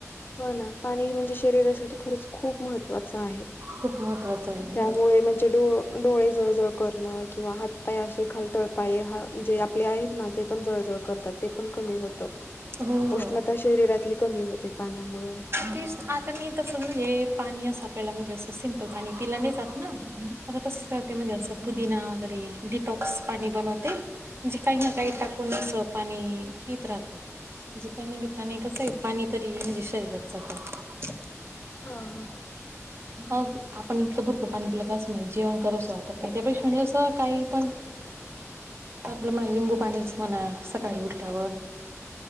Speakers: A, on the left (about 40°); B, on the right (about 50°).
A: हो ना... पाणी म्हणजे शरीरासाठी खरंच खूप महत्त्व वाचं आहे.
B: खूप महत्त्वाचं आहे.
A: त्यामुळे म्हणजे ड... डोळे जळजळ करनं... किंवा हात काही असे खाल... तळपाय... हा जे आपले आहेत ना... ते पण जळजळ करतात ते पण कमी होतं...
B: हो
A: उष्णता शरीरातली कमी होते पाण्यामुळं
B: तेच आता मी... तसं म्हणजे पाणी असं... आपल्याला म्हणजे... असं सिम्पल पाणी पिलं नाही जात ना? आता तसंच करते म्हणजे... असं... पुुदीना वगैरे डिटॉक्स पाणी बनवते... म्हणजे काही ना
A: हम्म.
B: काही टाकून... असं पाणी पित राहते म्हणजे त्यां निमित्तानी कसं ए... पाणी तरी म्हणजे... शरीरात जातं
A: हो.
B: अन, आपण इतकं भरपूर पाणी पिलं का... असं म्हणजे जेवण करूसं वाटत नाही... त्यापेक्षा म्हणजे असं काही पण
A: <inaudible>
B: आपलं मग लिंबू पाणीच म्हण... सकाळी उठल्यावर...